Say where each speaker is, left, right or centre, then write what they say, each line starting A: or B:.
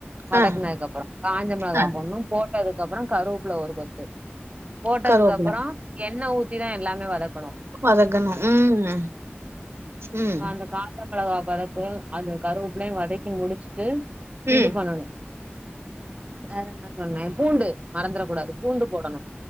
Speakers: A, on the right (about 30°); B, on the right (about 80°).
A: வதக்குனதுக்கு
B: அ
A: அப்பறோ காஞ்ச மெளகா
B: அ
A: போண்ணு போட்டதுக்கு அப்புறோ கருவப்புல ஒரு கொத்து போட்டதுக்கு
B: கருவேப்பில
A: அப்புறோ எண்ண ஊத்திதா எல்லாமே வதக்கணு.
B: வதக்கணு ம். ம்
A: வ அந்த காஞ்ச மெளகா வதக்கு அந்த கருவப்லையு வதக்கி முடிச்ட்டு
B: ம்
A: இது பண்ணனு வேற என்ன சொன்னே பூண்டு மறந்துட கூடாது பூண்டு போடணு.